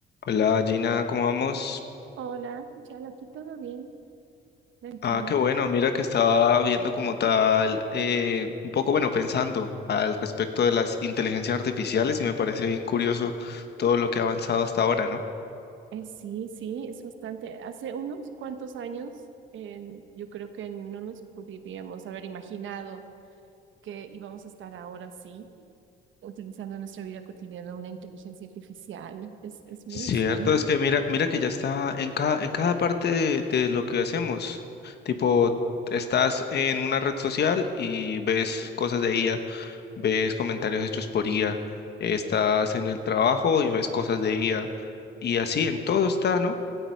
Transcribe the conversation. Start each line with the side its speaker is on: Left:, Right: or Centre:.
Left: Hola Gina, ¿cómo vamos?
Right: Hola, Chal, aquí todo bien, tranquila.
Left: Ah, qué bueno, mira que estaba viendo como tal, eh, un poco bueno, pensando al respecto de las inteligencias artificiales y me parece bien curioso todo lo que ha avanzado hasta ahora, ¿no?
Right: Eh, sí, sí, es bastante. Hace unos cuantos años, en- yo creo que no nos podríamos haber imaginado que íbamos a estar ahora sí, utilizando en nuestra vida cotidiana una inteligencia artificial. Es, es
Left: Cierto,
Right: muy extraño.
Left: es que mira, mira que ya está en cada, en cada parte de, de lo que hacemos. Tipo, estás en una red social y ves cosas de IA, ves comentarios hechos por IA, estás en el trabajo y ves cosas de IA. Y así en todo está, ¿no?